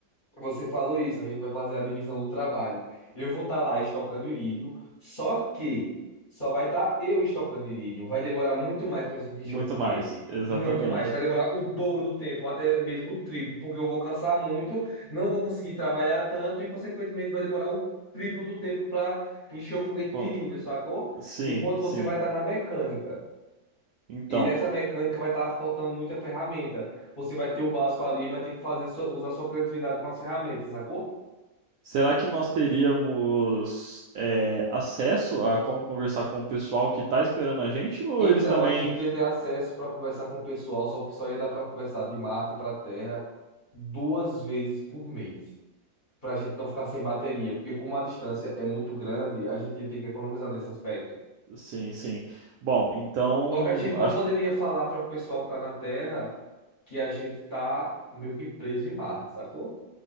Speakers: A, on the left; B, on the right.
A: Você falou isso, a gente vai fazer a divisão do trabalho. Eu vou estar lá estocando irídio, só que só vai estar eu estocando irídio. Vai demorar muito mais para gente encher
B: Muito
A: o foguete.
B: mais, exatamente.
A: Muito mais. Vai demorar o dobro do tempo, até mesmo o triplo, porque eu vou cansar muito, não vou conseguir trabalhar tanto e, consequentemente, vai demorar o triplo do tempo para encher o foguete
B: Co-
A: de irídio, sacou?
B: Sim,
A: Enquanto
B: sim.
A: você vai estar na mecânica.
B: Então,
A: E nessa mecânica vai estar faltando muita ferramenta. Você vai ter o básico ali, vai ter que fazer sua- usar sua criatividade com as ferramentas, sacou?
B: será que nós teríamos é, acesso a como conversar com o pessoal que está esperando a gente? Ou
A: Então,
B: eles também.
A: a gente ia ter acesso para conversar com o pessoal, só que só ia dar para conversar de Marte para Terra duas vezes por mês, para a gente não ficar sem bateria, porque como a distância é muito grande, a gente ia ter que economizar nesse aspecto.
B: Sim, sim. Bom, então
A: Só que a gente não
B: acho
A: poderia falar para o pessoal que está na Terra que a gente tá meio que preso em Marte, sacou?